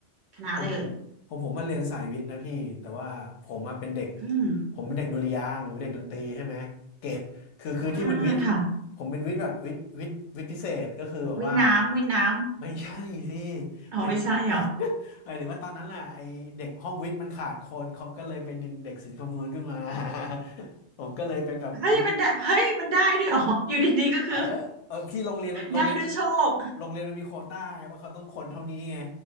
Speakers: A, on the right (about 55°); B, on the left (about 80°).
A: คณะอะไรเอ่ย
B: ผมผมผมมาเรียนสายวิทย์นะพี่แต่ว่าผมมาเป็นเด็ก
A: อืม
B: ผมเป็นเด็กดุริยางค์ผมเป็นเด็กดนตรีใช่ไหมเกรดคือคือที่มันวิทย์
A: อ่าค่ะ
B: ผมเป็นวิทย์แบบวิทย์วิทย์วิทย์พิเศษก็คือแบบว่า
A: วิทย์น้ำวิทย์น้
B: ไม่ใช่สิ
A: ำอ๋อไม่ใช่เหรอ
B: มัน <laughs> หมายถึงว่าตอนนั้นน่ะไอเด็กห้องวิทย์มันขาดคนเขาก็เลยไปดึงเด็กศิลป์คำนวณขึ้นมา <laughs> ผมก็เลยเป็นแบบวิทย์
A: เฮ้ยมันได้เฮ้ยมันได้ด้วยเหรออยู่ดีๆก็คือ
B: เออเออพี่โรงเรียนโรงเรียน
A: ได้ด้วยโชค
B: โรงเรียนมันมีโควต้าไงว่าเขาต้องคนเท่านี้ไง